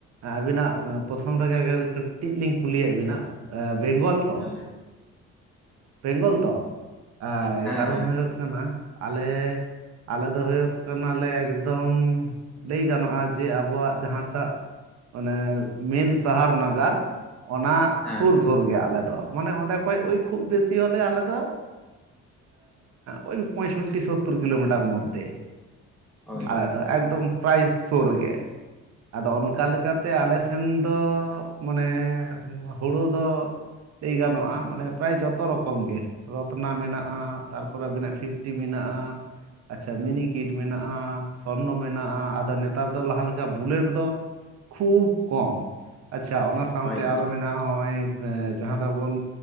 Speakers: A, on the right; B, in the centre.
A: ᱟᱹᱵᱤᱱᱟᱜ ᱯᱨᱚᱛᱷᱚᱢ ᱨᱮᱜᱮ ᱠᱟᱹᱴᱤᱡ ᱞᱤᱧ ᱠᱩᱞᱤᱭᱮᱫ ᱵᱤᱱᱟ ᱵᱮᱝᱜᱚᱞ ᱛᱚ
B: ᱦᱮᱸ ᱞᱮ
A: ᱵᱮᱝᱜᱚᱞ ᱛᱚ ᱮᱭ
B: ᱦᱮᱸ
A: ᱠᱟᱨᱚᱱ
B: ᱦᱮᱸ
A: ᱦᱩᱭᱩᱜ ᱠᱟᱱᱟ ᱟᱞᱮ ᱟᱞᱮ ᱫᱚ ᱦᱩᱭᱩᱜ ᱠᱟᱱᱟᱞᱮ ᱮᱠᱫᱚᱢ ᱞᱟᱹᱭ ᱜᱟᱱᱚᱜ-ᱟ ᱡᱮ ᱟᱵᱚᱣᱟᱜ ᱡᱟᱦᱟᱸᱛᱟᱜ ᱚᱱᱮ ᱢᱮᱱ ᱥᱟᱦᱟᱨ ᱱᱟᱜᱟᱨ ᱚᱱᱟ
B: ᱦᱮᱸ
A: ᱥᱩᱨ ᱥᱩᱨ ᱜᱮ ᱟᱞᱮ ᱫᱚ ᱢᱟᱱᱮ ᱚᱸᱰᱮ ᱠᱷᱚᱡ ᱳᱭ ᱠᱷᱩᱵ ᱵᱮᱥᱤ ᱦᱚᱞᱮ ᱟᱞᱮ ᱫᱚ ᱳ ᱯᱚᱸᱭᱥᱚᱴᱴᱤ, ᱥᱳᱚᱛᱛᱨ ᱠᱤᱞᱳᱢᱤᱴᱟᱨ ᱢᱚᱫᱽᱷᱮ
B: ᱦᱳᱭ
A: ᱟᱞᱮ ᱫᱚ ᱮᱠᱫᱚᱢ ᱯᱨᱟᱭ ᱥᱩᱨ ᱜᱮ ᱟᱫᱚ ᱚᱱᱠᱟ ᱞᱮᱠᱟᱛᱮ ᱟᱞᱮ ᱥᱮᱱ ᱫᱚ ᱢᱟᱱᱮ ᱦᱩᱲᱩ ᱫᱚ ᱞᱟᱹᱭ ᱜᱟᱱᱚᱜᱼᱟ ᱢᱟᱱᱮ ᱯᱨᱟᱭ ᱡᱚᱛᱚ ᱨᱚᱠ ᱨᱚᱛᱱᱟ ᱢᱮᱱᱟᱜᱼᱟ ᱛᱟᱨᱯᱚᱨᱮ ᱟᱹᱵᱤᱱᱟᱜ ᱯᱷᱤᱯᱴᱤ ᱢᱮᱱᱟᱜᱼᱟ᱾ ᱟᱪᱪᱷᱟ ᱢᱤᱱᱤᱠᱤᱴ ᱢᱮᱱᱟᱜᱼᱟ ᱥᱚᱨᱱᱚ ᱢᱮᱱᱟᱜᱼᱟ ᱟᱫᱚ ᱱᱮᱛᱟᱨ ᱫᱚ ᱞᱟᱦᱟ ᱞᱮᱠᱟ ᱵᱩᱞᱮᱴ ᱫᱚ ᱠᱷᱩᱵ ᱠᱚᱢ ᱟᱪᱪᱷᱟ ᱚᱱᱟ ᱥᱟᱝᱛᱮ
B: ᱦᱳᱭ
A: ᱟᱨᱚ ᱢᱮᱱᱟᱜᱼᱟ ᱚᱜᱼᱚᱭ ᱡᱟᱦᱟᱸ ᱫᱚᱵᱚᱱ